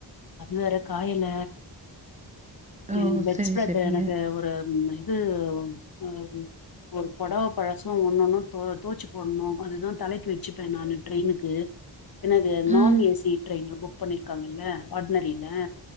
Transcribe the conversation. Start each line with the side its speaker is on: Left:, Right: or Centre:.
Left: அது வேற காயல
Right: ஓ!
Left: எ பெட்ஸ்ப்ரெட்டு
Right: சரி, சரிங்க.
Left: எனக்கு ஒரு ம் இது ஒ உ ஒரு பொடவ பழசு ஒண்ணொன்னு தொ தோச்சு போட்ணு அதுதா தலைக்கு வச்சுப்பே நா ட்ரெயினுக்கு என்னது நான்
Right: ம்,
Left: ஏசி டரெயின்ல புக் பண்ணிருக்காங்கல்ல ஆட்னரில